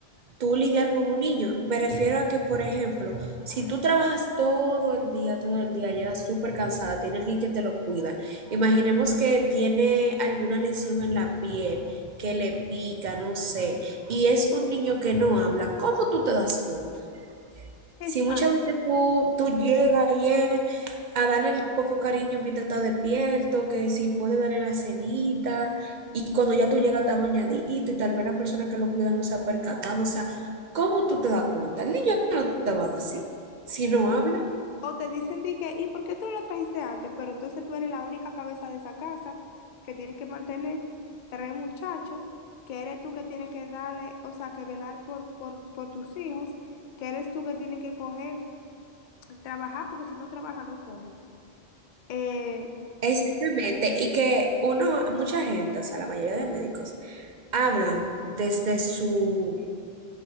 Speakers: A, on the right; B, on the left.
A: tú lidiar con un niño. Me refiero a que, por ejemplo, si tú trabajas todo el día, todo el día, llegas súper cansada, tiene alguien que te lo cuida. Imaginemos que tiene alguna lesión en la piel, que le pica, no sé, y es un niño que no habla, ¿cómo tú te das cuenta?
B: Exacto.
A: Si muchas veces tú, tú llegas y es a darle el poco cariño mientras está despierto, que si puede darle la sedita, y cuando ya tú llegas está bañadito y tal vez la persona que lo cuida no se ha percatado, o sea, ¿cómo tú te das cuenta? El niño no te va a decir si no habla.
B: O te dicen de que, ¿y por qué tú no lo trajiste antes? Pero entonces tú eres la única cabeza de esa casa que tiene que mantener tres muchachos, que eres tú que tienes que darle, o sea, que velar por, por, por tus hijos, que eres tú que tienes que coger, trabajar, porque si no trabaja no comen. Eh,
A: Exactamente, y que uno, mucha gente, o sea, la mayoría de médicos, hablan desde su,